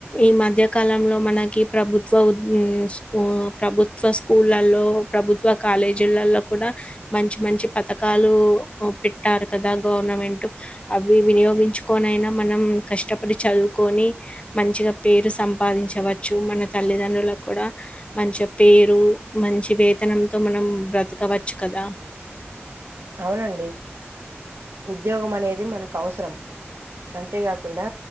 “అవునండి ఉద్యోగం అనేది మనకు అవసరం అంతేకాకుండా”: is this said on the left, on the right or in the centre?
Right